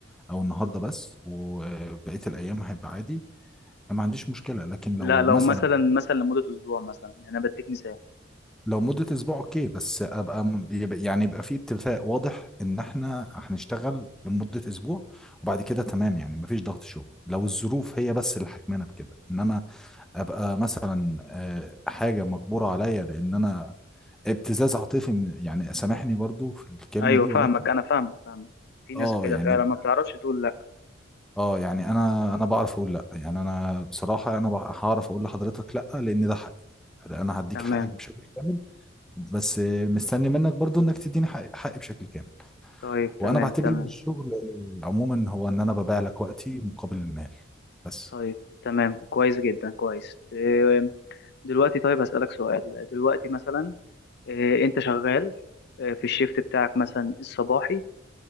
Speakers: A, in the centre; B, on the left.
A: او النهارده بس وبقيه الايام هيبقى عادي أنا ما عنديش مشكله لكن لو
B: لا لو
A: مثلا
B: مثلا مثلا لمدة أسبوع مثلا يعني أنا بديك مثال
A: لو مده اسبوع اوكي بس ابقى م- يبقى- يعني يبقى في اتفاق واضح ان احنا هنشتغل لمده اسبوع وبعد كده تمام يعني مفيش ضغط شغل لو الظروف هي بس اللي حكمانه بكده انما ابقى مثلا آه، حاجه مجبوره عليا لان انا ابتزاز عاطفي من- يعني سامحني برضو في الكلمة
B: أيوه
A: دي
B: فاهمك
A: ولكن
B: أنا فاهمك فاهمك في ناس
A: اه
B: كده
A: يعني
B: فعلا ما بتعرفش تقول لأ
A: اه يعني انا انا بعرف اقول لا يعني انا بصراحة انا بع- هعرف اقول لحضرتك لا لان ده حقي انا هديك
B: تمام
A: حقك بشكل كامل بس مستني منك برضو انك تديني حقي, حقي بشكل كامل
B: طيب
A: وانا
B: تمام
A: بعتبر
B: تمام
A: ان الشغل عموما هو ان انا ببيع لك وقتي مقابل المال بس
B: طيب تمام كويس جدا كويس إيه، دلوقتي طيب هسألك سؤال دلوقتي مثلا إيه، أنت شغال إيه، في الشيفت بتاعك مثلا الصباحي